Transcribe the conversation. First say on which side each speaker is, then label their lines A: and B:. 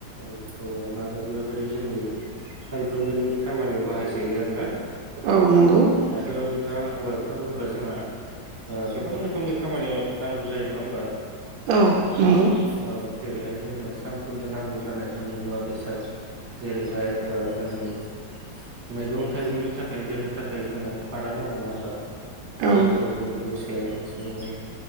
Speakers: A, on the right; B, on the right.
A: औ औवाया माबायदि माबायदि जोंनि सानफ्रोमबोनि खामानियाव बाहायजायो आरो ना
B: औ नंगौ
A: दाथ' बिफां औवा बिफां होनोब्ला जोंहा ओ गोबां रोखोमनि खामानियाव नांगौ जायो नङा होमबा
B: औ नंगौ ।
A: औ जेरैहाय जोंनो सानफ्रोमबो नांगौ जानाय जोंनि मुवा बेसाद जेरैहाय जोंनि मैगं थाइगंनि थाखाय दोननो थाखा जोंनो खादा नांगौ नङा होमबा?
B: औ
A: बेफोरबायदिनो लोगोसे जोंनो